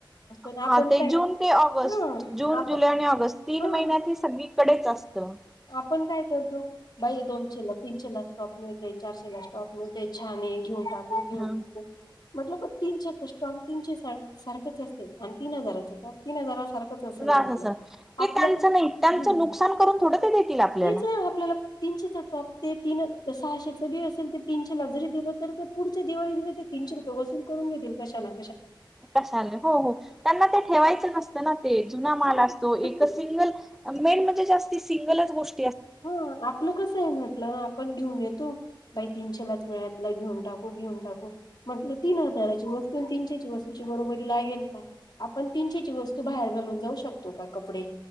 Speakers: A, on the left (about 55°); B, in the centre.
A: ना आपण
B: हा ते
A: काय
B: जून ते ऑगस्ट
A: ह
B: जून,
A: आपण
B: जुलै आणि ऑगस्ट तीन
A: ह
B: महिन्यात ही सगळी. कडेचं असतं.
A: पण काय करतो. बाई दोनशेला तीनशेला टॉप मिळते चारशेला. टॉप मिळते छान हे घेऊन टाक. होय
B: हा
A: मतलब. तीनशेच टॉप तीनशे सारखंच असते आणि तीन हजाराच टॉप तीनहजार सारखा असतो. तीन हजार सारखंचं असेल
B: हो
A: म्हटलं
B: असं ते
A: आपलं
B: त्यांचं नाही त्यांचं
A: हम्
B: नुकसान करून थोडं ते देतील आपल्याला
A: हेचंआपल्याला. तीनशेचा टॉप ते सहाशेच बी असेल ते तीनशेला जरी दिलं तर. पुढच्या दिळीमध्ये ते तीनशे रुपये वसूलकरून घेतील कशानं.
B: कशाला हो त्यांना ते ठेवायचं नसतं ना ते जुना माल असतो एकचं
A: हा.
B: सिगलं मेन म्हणजे सिंगलच गोष
A: हा, आपलं कसं आहे म्हटलं आपण घेऊन येतो. बाई तीनशेलाच मिळाला घेऊन टाकू घेऊन टाकू. म्हटलं तीन हजाराची वस्तू तीनशे वस्तूची बरोबरी येईल का. आपण तीनशेची वस्तू बाहेर घालून जाऊ शकतो का कपडे